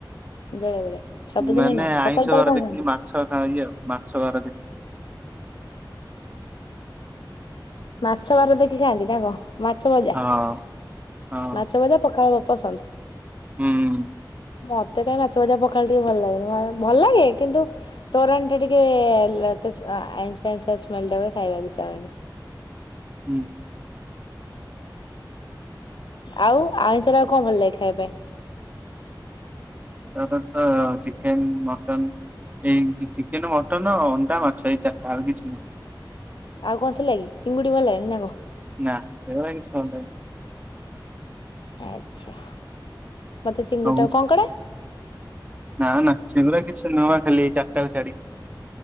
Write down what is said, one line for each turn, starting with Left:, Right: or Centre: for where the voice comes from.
Left: ବେଳେବେଳେ, ସବୁଦିନ
Right: ମାନେ
Left: ନୁହଁ। ସକାଳୁ
Right: ଆଇଁଷ
Left: ତାହେଲେ
Right: ବାର
Left: କଣ
Right: ଦେଖିକି
Left: ଖାଆନ୍ତି?
Right: ମାଛ ଖା ଇଏ ମା <unintelligible> ଛଘର
Left: ମାଛ ବାର ଦେଖିକି ଖାଆନ୍ତି ନା କଣ? ମାଛ ଭଜା
Right: ହଁ ହଁ
Left: ମାଛ ଭଜା ପଖାଳ ପସନ୍ଦ।
Right: ହୁଁ।
Left: ମତେ କାଇଁ ମାଛ ଭଜା, ପଖା ଟିକେ ଭଲ ଲାଗେନି ଭଲ ଲାଗେ କିନ୍ତୁ ତୋରାଣ ଟା ଟିକେ ଲ-ତ-ଆ ଆଇଁଷି ଆଇଁଷି ସ୍ମେଲ ଦବ ଖାଇବାକୁ ଇଚ୍ଛା ହେବନି।
Right: ହୁଁ
Left: ଆଉ ଆଇଚର ଆଉ କଣ ଭଲ ଲାଗେ ଖାଇବା ପାଇଁ?
Right: ତାଙ୍କର ତ ଚିକେନ, ମଟନ୍ ଏଇ ଚିକେନ, ମଟନ, ଅଣ୍ଡା, ମାଛ ଏଇ ଚାରିଟା ଆଉ କିଛି ନୁହଁ।
Left: ଆଉ କଣ ଥିଲା କି ଚିଙ୍ଗୁଡି ଭଲ ଲାଗିଲା, ନା କଣ?
Right: ନା ସଗୁରା କିଛି ଭଲାଗେ
Left: ଆଚ୍ଛା ମତେ ଚିଙ୍ଗୁଡିଟା
Right: ହଉ
Left: କଣ କରେ?
Right: ନା ନା ସେଗୁରାକ କିଛି ନୁହଁ ଖାଲି ଏ ଚାରିଟାକୁ ଛାଡିକି।